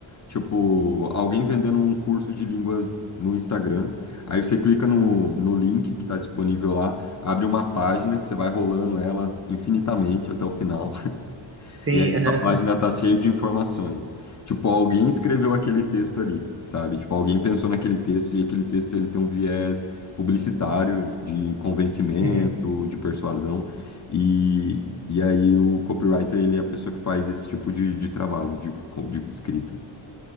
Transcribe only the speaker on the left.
tipo, alguém vendendo um curso de línguas no Instagram? Aí você clica no, no link que está disponível lá, abre uma página que você vai rolando ela infinitamente até o final.
E aí essa
página tá cheia de informações. Tipo, alguém escreveu aquele texto ali, sabe? Tipo, alguém pensou naquele texto e aquele texto ele tem um viés publicitário, de convencimento,
de persuasão. E, e aí o copywriter, ele é a pessoa que faz esse tipo de, de trabalho, de, co- de escrita.